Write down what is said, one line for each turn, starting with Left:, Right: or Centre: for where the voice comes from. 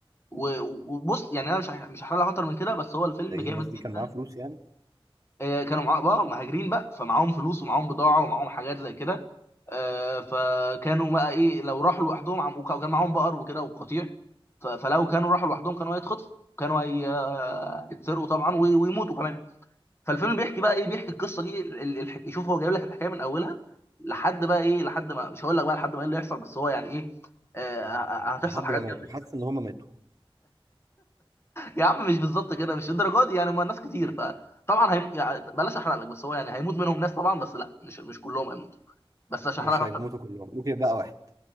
Left: و- وبص يعني انا مش هح- مش هحرق لك اكتر من كده بس هو الفيلم
Right: ده إيه
Left: جامد
Right: الناس دي
Left: جدا
Right: كان معاها فلوس يعني
Left: آه، كانوا معاهم بقى مهاجرين بقى فمعاهم فلوس ومعاهم بضاعه ومعاهم حاجات زي كده آه، فكانوا بقى ايه لو راحوا لوحدهم عم وكا- وكان معاهم بقر وكده وقطيع ف- فلو كانوا راحوا لوحدهم كانوا هيتخطفوا كانوا هيتسرقوا طبعا وي- ويموتوا كمان فالفيلم بيحكي بقى ايه بيحكي القصه دي ال- ال- الح- يشوف هو جايب لك الحكايه من اولها لحد بقى ايه لحد ما مش هقول لك بقى لحد ما ايه اللي يحصل بس هو يعني ايه آه، هتحصل
Right: لحد
Left: حاجات
Right: ما ماتوا
Left: جامده
Right: حاسس ان هما ماتوا
Left: يا عم مش بالظبط كده مش الدرجه دي يعني ما الناس كتير فطبعا هيم... يعني بلاش احرق لك بس هو يعني هيموت منهم ناس طبعا بس لا مش مش كلهم هيموتوا بس عشان
Right: مش
Left: احرق لك
Right: هيموتوا
Left: اكتر
Right: كلهم ممكن يبقى واحد